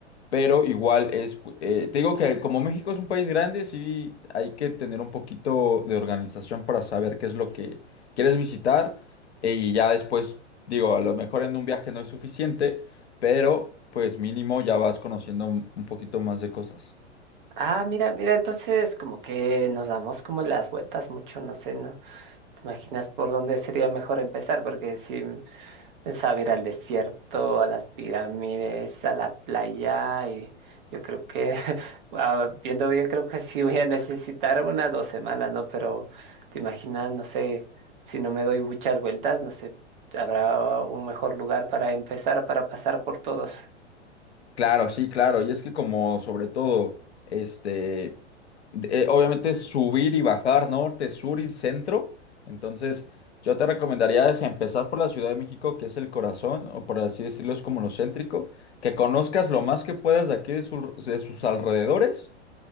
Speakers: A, on the left; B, on the right.
A: pero igual es, eh, te digo que como México es un país grande, sí hay que tener un poquito de organización para saber qué es lo que quieres visitar eh, y ya después, digo, a lo mejor en un viaje no es suficiente, pero pues mínimo ya vas conociendo un un poquito más de cosas.
B: Ah, mira, mira, entonces como que nos damos como las vueltas mucho, no sé, ¿no? ¿Te imaginas por dónde sería mejor empezar? Porque si... Sabe ir al desierto, a las pirámides, a la playa y yo creo que, <laughs> ah, viendo bien, creo que sí voy a necesitar unas dos semanas, ¿no? Pero te imaginas, no sé, si no me doy muchas vueltas, no sé, habrá un mejor lugar para empezar, para pasar por todos.
A: Claro, sí, claro. Y es que como sobre todo, este, de- eh, obviamente es subir y bajar norte, sur y centro. Entonces, yo te recomendaría es empezar por la Ciudad de México, que es el corazón, o por así decirlo, es como lo céntrico, que conozcas lo más que puedas de aquí de, su- de sus alrededores